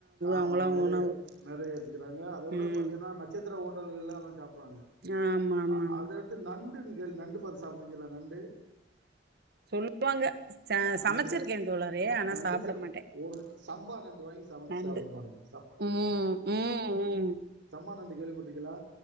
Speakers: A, on the right; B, on the right.
A: ஆமா
B: அவங்களா
A: ஆமா நெறைய
B: உணவு
A: நெறைய ஏத்திக்கிறாங்க அத விட
B: ம்
A: பாத்தீங்கன்னா நட்சத்திர ஹோட்டல்கள்ல அதா சாப்பறாங்க
B: ஆமா ஆமா
A: அ
B: ஆமா
A: அத எடுத் து நண்டு நிகழ் நண்டு பாத் சாப்ட்டுக்கிலா நண்டு
B: சொல் வாங்க ச
A: நண்டுல
B: சமச்சிருக்கே தோழரே ஆனா
A: நண்டு
B: சாப்பிட
A: ச
B: மாட்டே
A: ஒரு சம்பா நண்டு வாங்கி சமைச்சு
B: நண்டு
A: சாப்பிட்டு பாருங்க
B: ம் ம் ம்
A: சம்மா நண்டு கேள்விப்பட்ருக்கிலா